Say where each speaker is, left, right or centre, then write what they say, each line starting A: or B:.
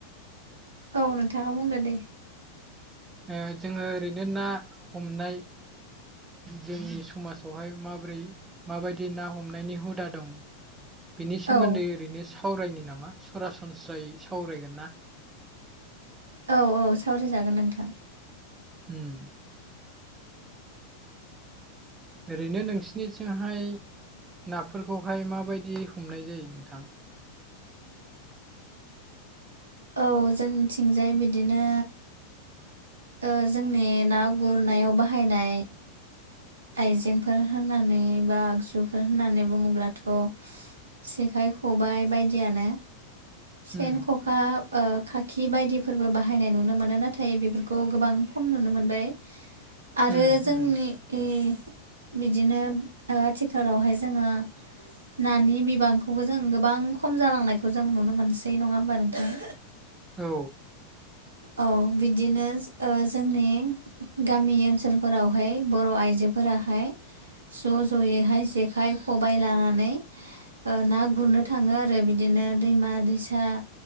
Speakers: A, on the right (about 70°); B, on the right (about 15°).
A: औ नोंथाङा बुंदो दे
B: ओ जोङो ओरैनो ना हमनाय जोंनि समाजावहाय माब्रै माबायदि ना हमनायनि हुदा दं बेनि सोमोन्दै
A: औ
B: ओरैनो सावरायनो नामा सरासनस्रायै सावरायगोन ना
A: औ औ सावरायजागोन नोंथां
B: उम ओरैनो नोंसोरनिथिंहाय नाफोरखौहाय माबायदि हमनाय जायो नोंथां
A: औ जोंनिथिंजाय बिदिनो ओ जोंनि ना गुरनायाव बाहायनाय आइजेंफोर होननानै बा आगजुफोर होननानै बुङोब्लाथ' सेखाइ खबाय बायदियानो सेन
B: उम
A: ख खा ओ खाखि बायदिफोरबो बाहायनाय नुनो मोनो नाथाय बेफोरखौ गोबां खम नुनो मोनबाय
B: <inaudible>
A: आरो जोंनि
B: उम
A: ओ बिदिनो ओ आथिखालावहाय जोङो नानि बिबांखौबो जों गोबां खम जालांनायखौ जों नुनो मोनसै नङा होमबा नोंथां
B: औ
A: औ बिदिनो ओ जोंनि गामि ओनसोलफोरावहाय बर' आइजोफोराहाय ज' जयैहाय जेखाइ खबाय लानानै ओ ना गुरनो थाङो आरो बिदिनो दैमा दै सा